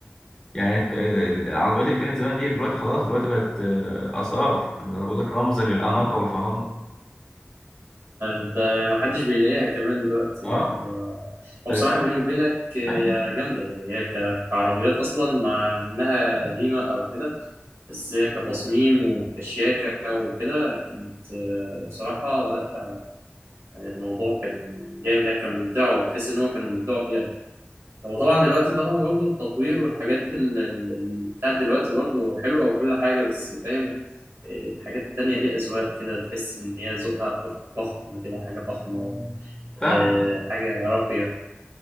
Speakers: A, on the left (about 15°); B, on the right (about 80°).
A: يعني الك- العربيات اللي كانت زمان دي دلوقتي خلاص دلوقتي بقت آه، آثار يعني بقول لك رمز للأناقة والفخامة
B: ده يعني محدش بيلاقيها كمان دلوقتي
A: اه
B: يعني هو
A: فدلوقتي
B: بصراحة بيني وبينك هي
A: ايوه
B: جامدة يعني هي ك- كعربيات أصلا مع إنها قديمة أو كده بس هي كتصميم وكشياكة وكده كانت آه، بصراحة لأ الموضوع كان جامد يعني كانوا بيبدعوا تحس إن هم كانوا بيبدعوا فيها هو طبعا دلوقتي طبعا برضو التطوير والحاجات ال- ال- ال- بتاعت دلوقتي برضو حلوة وكل حاجة بس فاهم الحاجات التانية دي أذواق كده تحس إن هي ذوقها فخ- فخم كده حاجة فخمة
A: فاهمك
B: آه،
A: بس
B: حاجة راقية